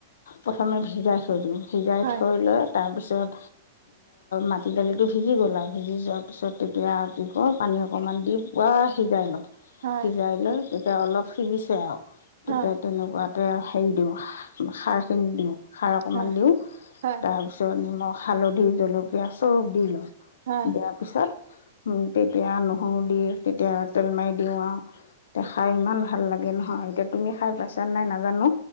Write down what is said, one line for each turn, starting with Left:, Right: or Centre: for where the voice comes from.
Left: প্ৰথমে ভিজাই থৈ দিওঁ, ভিজাই
Right: হয়
Left: থৈ লৈ তাৰ পিছত মাটি দালিটো ভিজি গ'ল আও ভিজি যোৱাৰ পিছত তেতিয়া, কি কৰো পানী অকণমান দি পূৰা সিজাই লওঁ।
Right: হয়
Left: সিজাই লৈ তেতিয়া অলপ সিজিছে আও তেতিয়া
Right: হয়
Left: তেনেকুৱাতে হেৰি দিওঁ, খাৰ‌ খিনি দিওঁ। খাৰ অকণমান
Right: হয়
Left: দিওঁ।
Right: হয়
Left: তাৰপিছত নিমখ, হালধি, জলকীয়া চব দি লওঁ।
Right: হয়।
Left: দিয়াৰ পিছত, উম তেতিয়া নহৰু দি তেতিয়া তেল মাৰি দিওঁ আও। তিয়া খাই ইমান ভাল লাগে নহয়, এতিয়া তুমি খাই পাইছা নাই নাজানো।